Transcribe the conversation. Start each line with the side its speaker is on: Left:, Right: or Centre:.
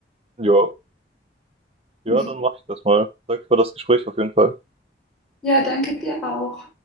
Right: Ja, ja,
Centre: <laughs>
Right: dann mache ich das mal. Danke für das Gespräch auf jeden Fall.
Centre: Ja, danke dir auch.